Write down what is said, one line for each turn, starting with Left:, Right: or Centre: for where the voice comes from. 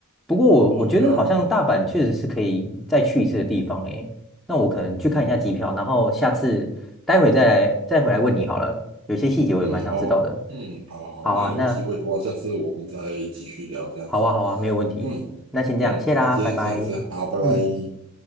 Centre: 不过我我觉得好像大阪确实是可以再去一次的地方诶。
Right: 哦，对啊，
Centre: 那我可能去看一下机票，
Right: 嗯
Centre: 然后下次待会再来再回来问你好了。有些细节我也蛮想知道的。
Right: 嗯，好，嗯，好好好那有机会的话，
Centre: 好啊，那
Right: 下次我们再继续聊这样子。
Centre: 好啊，好啊，没有问题。
Right: 嗯嗯，
Centre: 那先这样，谢啦，
Right: 好，那今天先这样，
Centre: 拜拜。
Right: 好，拜拜。
Centre: 嗯。